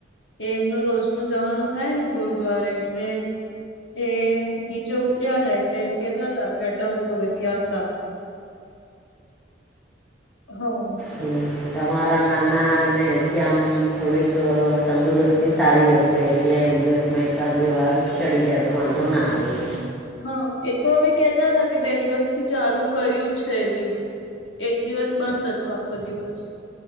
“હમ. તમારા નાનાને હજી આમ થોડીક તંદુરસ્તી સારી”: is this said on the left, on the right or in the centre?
Centre